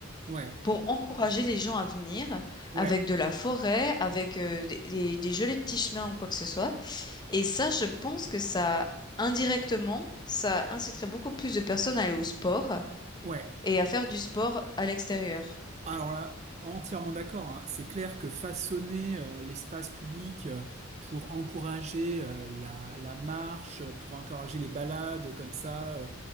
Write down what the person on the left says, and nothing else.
pour encourager les gens à venir
avec de la forêt, avec euh, des, des des jolis petits chemins ou quoi que ce soit. Et ça, je pense que ça, indirectement, ça inciterait beaucoup plus de personnes à aller au sport
et à faire du sport à l'extérieur.